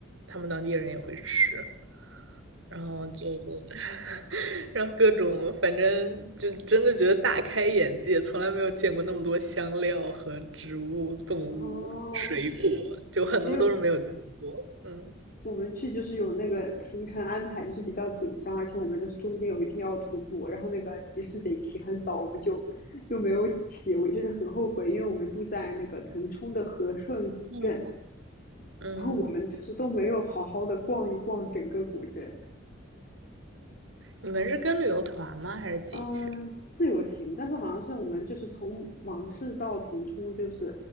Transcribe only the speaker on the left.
哦！
因为
我们去就是有那个行程安排，就是比较紧张，而且我们就是中间有一天要徒步，然后那个集市得起很早，我们就就没有起，我就是很后悔，因为我们住在那个腾冲的和顺古镇，
然后我们就是都没有好好的逛一逛整个古镇，
嗯，自由行，但是好像是我们就是从芒市到腾冲，就是